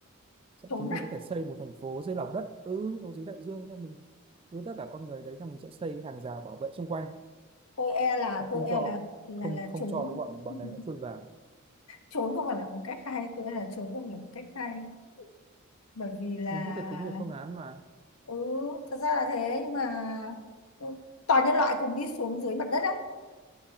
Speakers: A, on the right; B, on the left.
A: thậm
B: Trốn
A: chí mình có thể xây một thành phố dưới lòng đất ừ nó dưới đại dương thôi mình cứ tất cả con người đấy xong mình sẽ xây hàng rào bảo vệ xung quanh
B: tôi e là
A: và
B: tôi
A: không
B: e
A: cho
B: là là
A: không
B: là
A: không
B: trốn
A: cho cái bọn bọn
B: <laughs>
A: đấy nó chui vào
B: trốn không phải là một cách hay tôi e là trốn không phải là một cách hay bởi vì là
A: mình có thể tính nhiều phương án mà
B: ừ thật ra là thế nhưng mà ừ, toàn nhân loại cùng đi xuống dưới mặt đất á